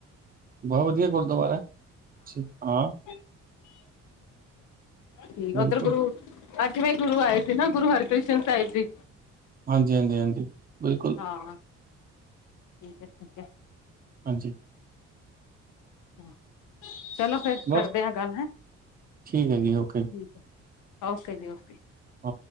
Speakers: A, on the right; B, on the left.
A: ਬੋ ਵਧੀਆ ਗੁਰਦੁਆਰਾ ਐ। ਅਛ ਹਾਂ।
B: <unintelligible> ਠੀਕ ਆ
A: ਬਿਲਕੁਲ
B: ਓਧਰ ਗੁਰੂ ਅਠਵੇਂ ਗੁਰੂ ਆਏ ਸੀ ਨਾ ਗੁਰੂ ਹਰਿਕ੍ਰਿਸ਼ਨ ਸਾਹਿਬ ਜੀ।
A: ਹਾਂਜੀ- ਹਾਂਜੀ- ਹਾਂਜੀ, ਬਿਲਕੁਲ।
B: ਹਾਂ ਠੀਕ ਐ, ਠੀਕ ਐ
A: ਹਾਂਜੀ
B: <unintelligible> ਚਲੋ ਫੇਰ
A: ਬਸ
B: ਕਰਦੇ ਆ ਗੱਲ ਹੈਂ।
A: ਠੀਕ ਹੈਗੀ ਓਹ
B: ਠੀਕ ਹੈ ਓਕੇ ਜੀ ਓਕੇ
A: ਓਕੇ